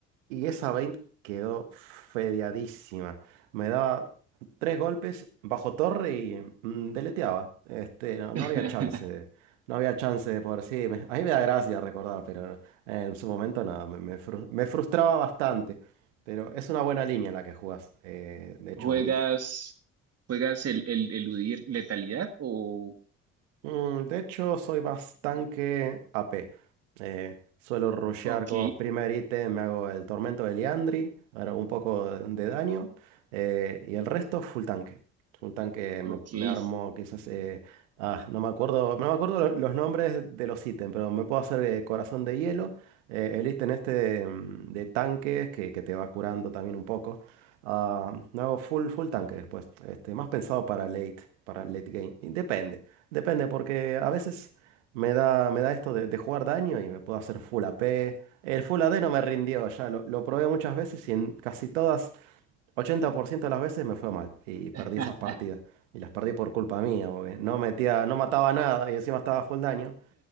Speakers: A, on the right; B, on the right.
A: y esa Vayne quedó fedeadísima. Me daba tres golpes bajo torre y mm, deleteaba. Este, no, no
B: <laughs>
A: había chance de, no había chance de poder, sí, me- a mí me da gracia recordar, pero... En su momento nada, me, me fru- me frustraba bastante, pero es una buena línea la que jugás. Eh, de hecho,
B: ¿Juegas,
A: mi-
B: juegas el, el eludir letalidad? O,
A: Mm, de hecho, soy más tanque AP. Eh, suelo rushear
B: ok,
A: como primer ítem, me hago el tormento de Liandry, hago un poco de de daño, eh, y el resto full tanque. Full tanque me,
B: ok.
A: me armo quizás... eh, ah, no me acuerdo, no me acuerdo lo- los nombres de los ítems, pero me puedo hacer eh, corazón de hielo, eh, el ítem este de, mm, de tanques que, que te va curando también un poco. Ah, me hago full, full tanque después, este, más pensado para late, para late game, y depende. Depende, porque a veces me da, me da esto de, de jugar daño y me puedo hacer full AP. El full AD no me rindió ya, lo, lo probé muchas veces y en casi todas, 80% de las veces me fue mal y perdí
B: <laughs>
A: esas partidas. Y las perdí por culpa mía, porque no metía, no mataba nada y encima estaba full daño.